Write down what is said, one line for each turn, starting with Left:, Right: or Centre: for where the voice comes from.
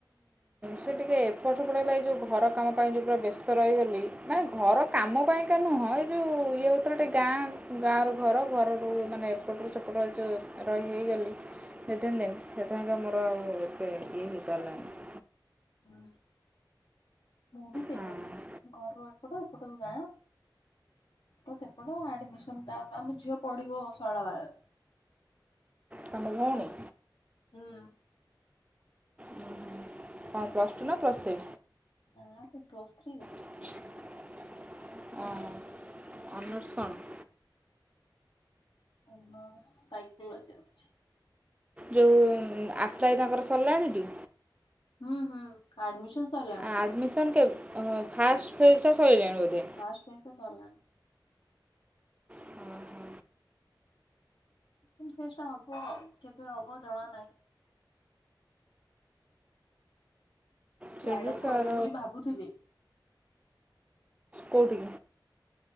Right: ସେ ଟିକେ ଏପଟ ସେପଟ ହୋଇଗଲା ଏ ଯେଉଁ ଘର କାମ ପାଇଁ ଯେଉଁ ପୁରା ବ୍ୟସ୍ତ ରହିଗଲି। ମାନେ ଘର କାମ ପାଇଁକା ନୁହଁ ଏଇ ଯେଉଁ ଇଏ ହେଉଥିଲା ଟିକେ ଗାଁ ଗାଁରୁ ଘର ଘରଠୁ ମାନେ ଏପଟରୁ ସେପଟ ଯୋ ରହି ହେଇଗଲି ସେଦ ଦେନ ସେଥିାଙ୍କା ମୋର ଆଉ ଏତେ ଇଏ ହେଇପାରିଲାନି।
Left: ହଁ ମୁଁ ବିସେୟା
Right: ହଁ
Left: ଘରରୁ ଏପଟ ଏପଟରୁ ଗାଁ ତମ ସେପଟ ଆଡମିସନଟା ଆମ ଝିଅ ପଢିବ ଶୈଳବାଳା ରେ।
Right: ତମ ଭଉଣୀ?
Left: ହୁଁ।
Right: ତାର ପ୍ଲସ୍ ଟୁ ନା ପ୍ଲସ୍ ଥ୍ରୀ?
Left: ନା ବେ ପ୍ଲସ୍ ଥ୍ରୀ
Right: ଓହୋ। ଅନର୍ଶ କଣ?
Left: ଓନୋର ସାଇକୋଲୋଜି ଅଛି।
Right: ଯଉ ଆଫ୍ଲାଇ ତାଙ୍କର ସରଲାଣିଟି?
Left: ହୁଁ ହୁଁ ଆଡମିଶନ ସରଲାଣି।
Right: ଆଡ଼ମିସନ୍ କେବେ ଓହୋ ଫାଷ୍ଟ ଫେଜ୍ ଟା ସଇଲାଣି ବୋଧେ।
Left: ଫାଷ୍ଟ ଫେଜ୍ ଟା ସରଲାଣି।
Right: ଓହୋ
Left: ସେକେଣ୍ଡ ଫେଜ୍ ଟା ହବ। କେବେ ହବ ଜଣା ନାହିଁ। ସ୍ଲାଇଡ
Right: ସେ ସେଇଠୁ
Left: ଅପ୍
Right: ତାର
Left: କରିବି ବୋଲି ଭାବୁଥିଲି।
Right: କୋଉଠି?